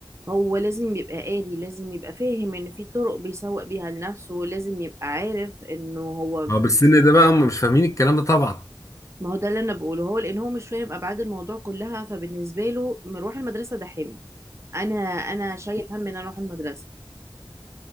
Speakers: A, on the right (about 35°); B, on the left (about 40°).
A: هو لازم يبقى قاري لازم يبقى فاهم ان في طرق بيسوق بيها لنفسه لازم يبقى عارف انه هو
B: اه بالسن ده بقى هم مش فاهمين الكلام ده طبعا
A: ما هو ده اللي انا بقوله هو لان هو مش فاهم ابعاد الموضوع كلها فبالنسبه له مروح المدرسه ده حمل انا انا شايل هم ان انا اروح المدرسه